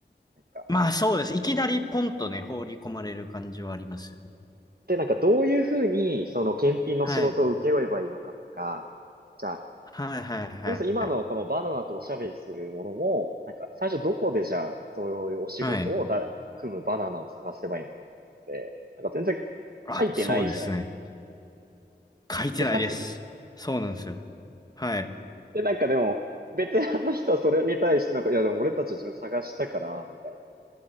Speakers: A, on the right; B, on the left.
A: なんか
B: まあそうです。いきなりポンとね、放り込まれる感じはありますよね。
A: で、なんかどういうふうに、その検品の仕事を請け負えばいいのかとか、
B: はい。
A: じゃあ、
B: はいはいはいはい。
A: それこそ今のこのバナナとおしゃべりするものも、なんか最初どこでじゃあ、そういうお仕事をだ、
B: はい。
A: 組むバナナを探せばいいのかとかって、なんか全然書いてないじゃないですか。
B: あ、そうですね。書いてないです。
A: 手探り。
B: そうなんですよ。はい。
A: で、なんかでも、ベテランの人はそれに対してなんか、いやでも俺たちは自分探したから、みたい